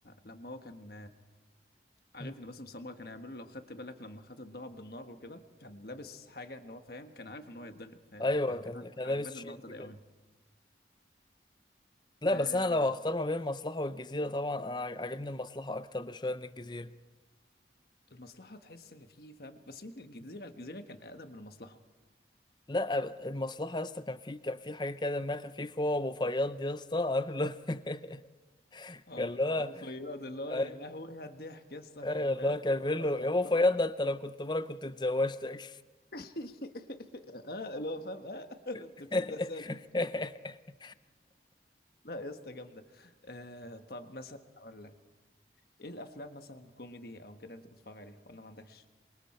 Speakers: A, on the left; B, on the left.
A: لما هو كان عارف
B: مم.
A: ان باسم سمرة كان هيعمله لو خدت بالك لما خد الضرب بالنار وكده كان لابس حاجه ان هو فاهم كان عارف ان هو يتضرب فاهم
B: أيوه
A: فكان
B: كان
A: عاج-
B: كان
A: عجباني
B: لابس شيد
A: اللقطه دي
B: كده
A: قوي
B: لا
A: آه
B: بس أنا لو هختار ما بين المصلحة والجزيرة طبعا أنا عاجبني المصلحة أكتر بشوية من الجزيرة
A: المصلحه تحس ان في فاهم بس يمكن الجزيره الجزيره كان اقدم من المصلحه
B: لا المصلحة يا اسطى كان في كان في حاجة كده دمها خفيف هو وأبو فياض يا اسطى عارف اللي هو <laughs>
A: اه
B: كان اللي هو
A: ابو فياض اللي هو
B: أيوة
A: يا لهوي على الضحك يا اسطى
B: أيوة،
A: كان
B: اللي هو كان بيقول
A: كان
B: له
A: بيعطل
B: يا أبو فياض ده أنت لو كنت مرة كنت اتزوجتك
A: <laughs> اه اللي هو فاهم اه <laughs>
B: <laughs>
A: تقصدها سالم لا يا اسطى جامده آه طب مثلا اقول لك ايه الافلام مثلا كوميدي او كده انت بتتفرج عليها ولا ما عندكش